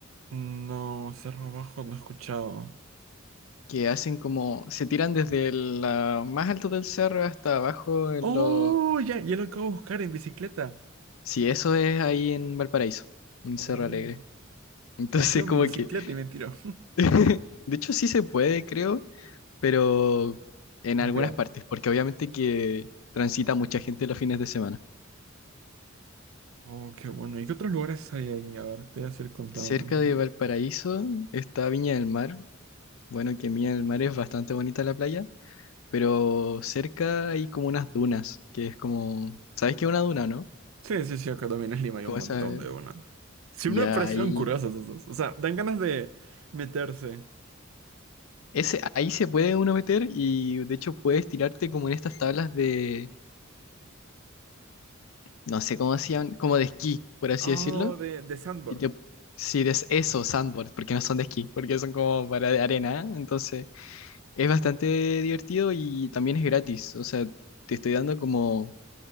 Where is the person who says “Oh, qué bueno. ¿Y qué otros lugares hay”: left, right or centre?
Right